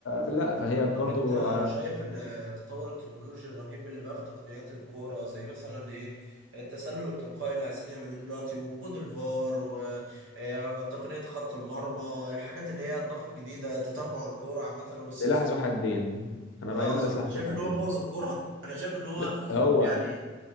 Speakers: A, on the left; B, on the right.
A: فلا فهي برضو
B: طب انت
A: آه،
B: شايف ان التطور التكنولوجي الرهيب اللي بقى في تقنيات الكوره زي مثلا ايه التسلل التلقائي اللي عايزين يعملوه دلوقتي ووجود الفار وتقنيه خط المرمى الحاجات اللي هي اضافت جديده تتبع الكوره عامه والسلسلات
A: سلاح ذو حدين انا
B: اه
A: رايي انا
B: صح
A: ده سلاح
B: شايف
A: ذو حدين
B: ان هو بوظ الكوره <laughs> انا شايف ان هو
A: لا هو
B: يعني